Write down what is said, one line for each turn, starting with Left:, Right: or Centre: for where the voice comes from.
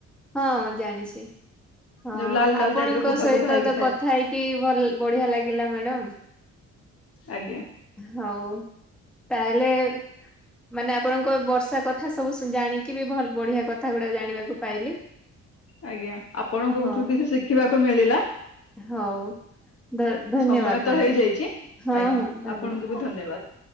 Centre: ହଁ ଜାଣିଛି। ହଁ
Left: ଯୋଉ ଲାଲ ଲାଲ
Centre: ଆପଣଙ୍କ
Left: ଟାଇପ ର ଗୁଭା
Centre: ସହିତ
Left: ଗୁଭା ହେଇକି
Centre: ତ
Left: ଥାଏ
Centre: କଥା ହେଇକି ଭଲ ବଢିଆ ଲାଗିଲା ମ୍ୟାଡାମ।
Left: ଆଜ୍ଞା।
Centre: ହଉ, ତାହେଲେ ମାନେ ଆପଣଙ୍କ ବର୍ଷା କଥା ସବୁଶୁ ଜାଣିକି ବି ଭଲ, ବଢିଆ କଥା ଗୁଡା ଜାଣିବାକୁ ପାଇଲି।
Left: ଆଜ୍ଞା, ଆପଣଙ୍କଠୁ
Centre: ହଉ
Left: କିଛି ଶିଖିବାକୁ ମିଳିଲା।
Centre: ହଉ ଧ ଧନ୍ୟବାଦ
Left: ସମୟ
Centre: ମ୍ୟାଡ଼ାମ,
Left: ତ ହେଇଯାଇଛି
Centre: ହଁ
Left: ଆଜ୍ଞା
Centre: ହଁ। ଧନ୍ୟବାଦ।
Left: ଆପଣଙ୍କୁ ବି ଧନ୍ୟବାଦ।